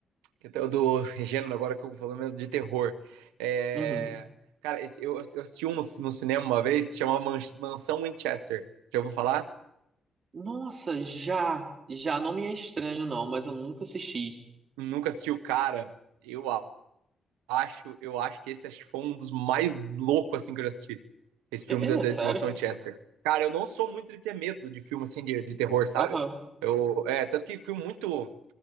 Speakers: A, on the right; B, on the right.
A: Então, do gênero agora que eu vou falando mesmo de terror. É,
B: Uhum.
A: Cara, esse- eu, eu assisti um no, no cinema uma vez que chamava Man- Mansão Winchester. Já ouviu falar?
B: Nossa, já, já não me é estranho não, mas eu nunca assisti.
A: Nunca assisti o cara. Eu a- acho, eu acho que esse acho que foi um dos mais loucos assim que eu já assisti. Esse
B: É,
A: filme
B: é,
A: da, desse
B: é sério?
A: Mansão Winchester. Cara, eu não sou muito de ter medo de filme assim de, de terror, sabe?
B: Aham,
A: Eu, é, tanto que filme muito,